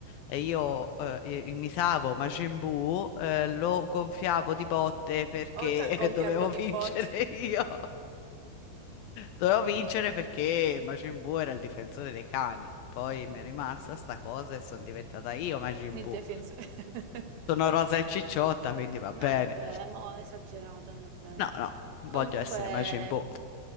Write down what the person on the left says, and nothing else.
e io eh, i- imitavo Majin Buu, eh, lo gonfiavo di botte perché
<laughs> dovevo
vincere
io. Dovevo vincere perché Majin Buu era il difensore dei cani. Poi mi è rimasta sta cosa e sono diventata io Majin
Buu.
Sono rosa e cicciotta, quindi va
bene.
No, no, voglio
essere Majin Buu.